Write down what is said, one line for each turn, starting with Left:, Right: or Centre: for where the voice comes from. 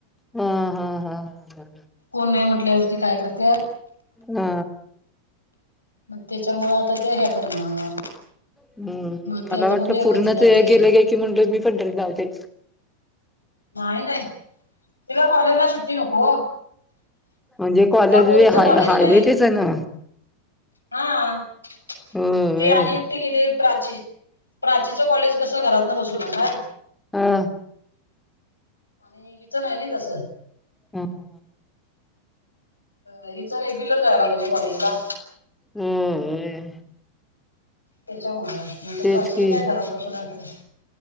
Centre: ह हा हा ह हा
Left: कोण नाही म्हटल्यावरती काय करत.
Centre: ना
Left: मग त्याच्यामुळे आता त्या ह्या करणार
Centre: हम्म
Left: मग ते
Centre: मला
Left: आता
Centre: वाटलं
Left: बघूया
Centre: पूर्ण
Left: कधी जाते
Centre: ते गेले काय की म्हणते मी पण <unintelligible> लावते.
Left: नाय नाय उदया कॉलेजला सुट्टी नको.
Centre: म्हणजे कॉलेज
Left: त्या पोरीचं
Centre: वी हा
Left: कॉलेज
Centre: हायवे
Left: नाही
Centre: तेच हाय ना.
Left: हा ते
Centre: होय
Left: आणि ते गेले प्राची प्राचीचं कॉलेज कसं घरात न बसूनच हाय.
Centre: हा
Left: म हे हीच नाय न तसं
Centre: हम्
Left: अ हिच रेग्युलर जायला पाहिजे कॉलेजला
Centre: हम्म व्हय
Left: त्याच्यामुळ म्हंटल
Centre: तेच
Left: प्राची
Centre: की
Left: चं काय घरात बसून हाय सगळं